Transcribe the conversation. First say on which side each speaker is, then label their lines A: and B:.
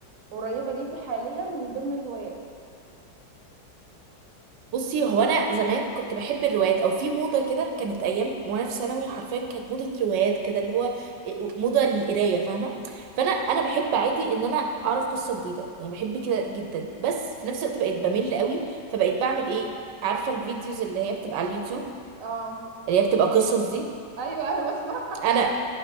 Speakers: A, on the right (about 55°); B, on the right (about 85°).
A: قريبه ليكي حاليا من ضمن الهوايات
B: بصي هو أنا زمان كنت بحب الروايات أو في موضة كده كانت أيام وأنا في ثانوي حرفيا كانت موضة روايات كده اللي هو موضة للقراية فاهمة فأنا أنا بحب عادي إن أنا أعرف قصة جديدة يعني بحب كده جدا بس في نفس الوقت بقيت بمل قوي فبقيت بعمل إيه عارفة الفيديوز اللي هي بتبقى على اليوتيوب
A: اه
B: اللي هي بتبقى قصص دي
A: ايوه انا بسمع
B: انا